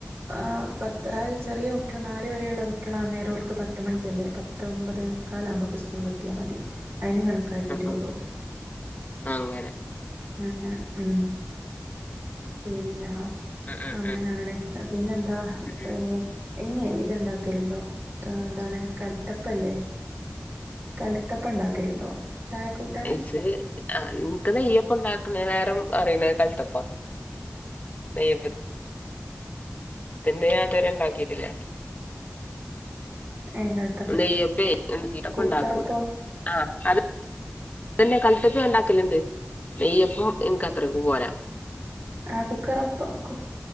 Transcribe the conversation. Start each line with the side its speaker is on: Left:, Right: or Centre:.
Right: ആഹ് പത്ത് അഹ് ചെറിയെ കുട്ടിയള് നാല് വരെയുള്ള കുട്ടിയാളാന്നേരം ഓൽക്ക് പത്ത് മണിക്ക്യല്ലേ പ ത്തൊമ്പതേ മുക്കാലാവുമ്പോക്ക് സ്കൂള്ല് എത്ത്യാ മതി അയ്ന് കണക്കാക്കിട്ട്
Left: ആഹ് ആഹ്
Right: വിടും
Left: അങ്ങനെ
Right: അങ്ങനെ ഉം പിന്നെ
Left: ഉം ഉം
Right: അങ്ങനാണ് ഏഹ് പിന്നെന്താ
Left: ഉം ഉം
Right: ഏഹ് ഇഞ്ഞെ ഇത് ഇണ്ടാക്കല്ണ്ടോ ഏഹ് എന്താണ് കൽത്തപ്പല്ലേ കൽത്തപ്പം ഇണ്ടാക്കല്ണ്ടോ ചായക്കൂട്ടാ
Left: ഇഷ് ആഹ് ഇൻക്ക് നെയ്യപ്പം ഇണ്ടാക്കണേക്കാലും അറിയണത് കൽത്തപ്പവാ നെയ്യപ്പ ത്തിനെ ഞാൻ ഇത് വരെ ഉണ്ടാക്കീട്ടില്ല
Right: <unintelligible>
Left: നെയ്യപ്പേയ് <unintelligible>
Right: കുക്കറപ്പോ
Left: ആഹ് അത് പിന്നെ കൽത്തപ്പം ഉണ്ടാക്കലണ്ട് നെയ്യപ്പം എനിക്കത്രക്ക്‌ പോരാ
Right: ആഹ് കുക്കറപ്പം കു